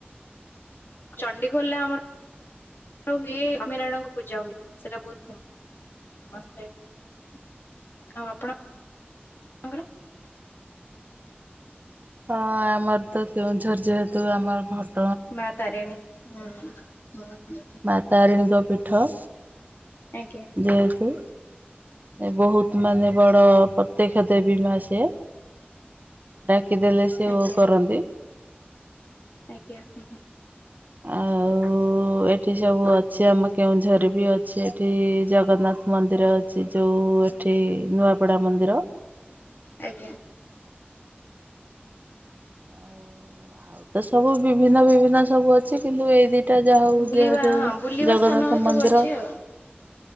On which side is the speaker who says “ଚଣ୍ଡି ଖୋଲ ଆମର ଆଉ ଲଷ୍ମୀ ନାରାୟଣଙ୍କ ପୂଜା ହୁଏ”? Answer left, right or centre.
Left